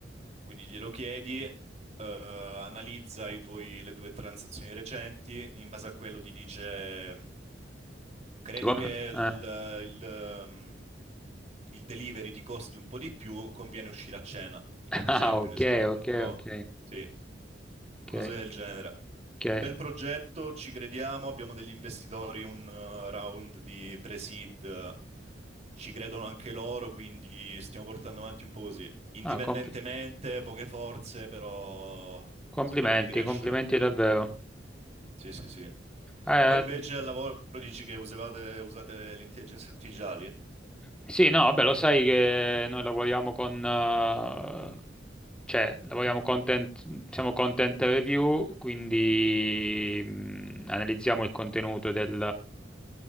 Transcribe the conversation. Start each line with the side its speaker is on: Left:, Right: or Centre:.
Right: Quindi glielo chiedi, eh, analizza i tuoi- le tue transazioni recenti, in base a quello ti dice, credo
Centre: Ti com-
Right: che il,
Centre: eh,
Right: il, mm, il delivery ti costi un po' di più, conviene uscire a cena, ad
Centre: <laughs>
Right: esempio,
Centre: Ah, ok,
Right: un esempio molto...
Centre: ok, ok,
Right: Sì, cose
Centre: ok,
Right: del genere. Un
Centre: ok.
Right: bel progetto, ci crediamo, abbiamo degli investitori, un eh, round di pre-seed, eh, ci credono anche loro, quindi stiamo portando avanti un po' così. Indipendentemente,
Centre: Ah, compl-
Right: poche forze, però
Centre: complimenti,
Right: speriamo di crescere.
Centre: complimenti davvero.
Right: Sì, sì, sì.
Centre: Eh,
Right: E voi invece al lavoro dici che usavate- usate le intelligenze artificiali?
Centre: sì, no, vabbè, lo sai che noi lavoriamo con, eh, cioè, lavoriamo content, siamo content review, quindi mm, analizziamo il contenuto del...